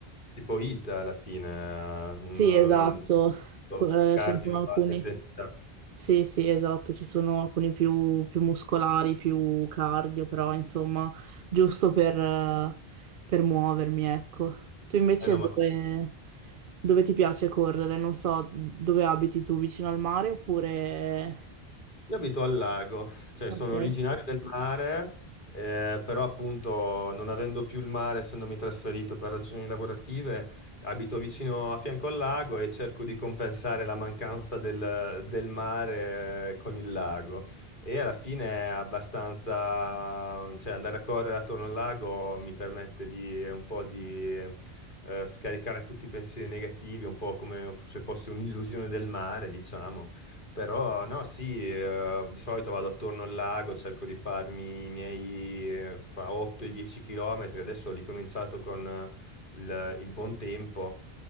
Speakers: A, on the left (about 55°); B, on the right (about 60°).
A: Tipo HIIT alla fine, eh, un
B: Sì,
A: un
B: esatto,
A: un
B: Eh,
A: cardio
B: ce ne sono alcuni.
A: a alta intensità.
B: Sì, sì, esatto, ci sono alcuni più, più muscolari, più cardio, però insomma, giusto per, eh, per muovermi, ecco. Tu invece
A: Eh no,
B: dove,
A: ma
B: dove ti piace correre? Non so, dove abiti tu, vicino al mare oppure...
A: Io abito al lago, cioè
B: Ok.
A: sono
B: Eh,
A: originario del mare, eh, però appunto non avendo più il mare, essendomi trasferito per ragioni lavorative, abito vicino a fianco al lago e cerco di compensare la mancanza del, del mare eh, con il lago. E alla fine è abbastanza, cioè andare a correre attorno al lago mi permette di un po' di eh, scaricare tutti i pensieri negativi, un po' come se fosse un'illusione del mare, diciamo. Però no, sì, eh, di solito vado attorno al lago, cerco di farmi i miei eh, fra 8 e 10 chilometri. Adesso ho ricominciato con eh, il, il buon tempo,